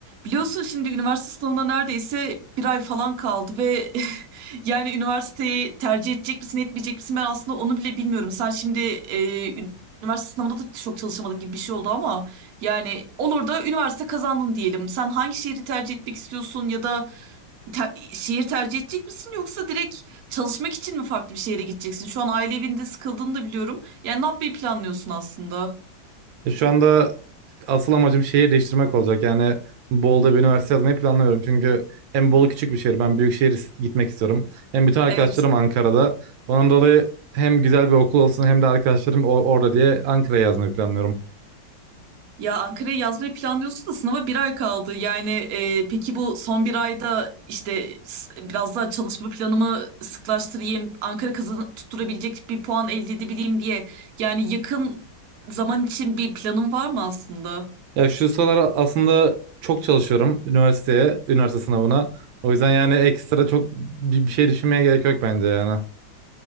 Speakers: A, on the right; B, on the right.
A: Biliyorsun şimdi üniversite sınavına neredeyse bir ay falan kaldı ve <laughs> yani üniversiteyi tercih edecek misin etmeyecek misin ben aslında onu bile bilmiyorum. Sen şimdi e, üniversite sınavında da çok çalışamadın gibi bir şey oldu ama yani olur da üniversite kazandın diyelim. Sen hangi şehri tercih etmek istiyorsun ya da te- şehir tercih edecek misin yoksa direkt çalışmak için mi farklı bir şehre gideceksin? Şu an aile evinde sıkıldığını da biliyorum. Yani ne yapmayı planlıyorsun aslında?
B: E, Şu anda asıl amacım şehir değiştirmek olacak. Yani Bolu'da bir üniversite yazmayı planlamıyorum. Çünkü hem Bolu küçük bir şehir, ben büyük şehir is- gitmek istiyorum. Hem bütün arkadaşlarım
A: Evet.
B: Ankara'da. Ondan dolayı hem güzel bir okul olsun hem de arkadaşlarım o- orada diye Ankara'ya yazmayı planlıyorum.
A: Ya Ankara'ya yazmayı planlıyorsun da sınava bir ay kaldı. Yani e, peki bu son bir ayda işte s- biraz daha çalışma planımı sıklaştırayım, Ankara kazan tutturabilecek bir puan elde edebileyim diye. Yani yakın zaman için bir planın var mı aslında?
B: Ya şu sıralar aslında çok çalışıyorum üniversiteye, üniversite sınavına. O yüzden yani ekstra çok bir bir şey düşünmeye gerek yok bence yani.